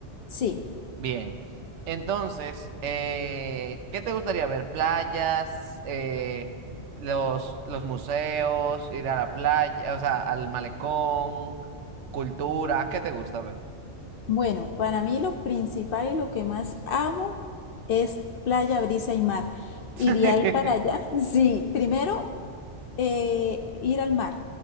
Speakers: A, on the left; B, on the right.
A: sí.
B: Bien. Entonces, eh, ¿qué te gustaría ver? ¿Playas? eh, los, los museos, ir a la playa, o sea, al malecón, cultura, ¿qué te gusta ver?
A: Bueno, para mí lo principal y lo que más amo es playa, brisa y mar. Y
B: <laughs>
A: de ahí para allá, <laughs> sí, primero eh, ir al mar,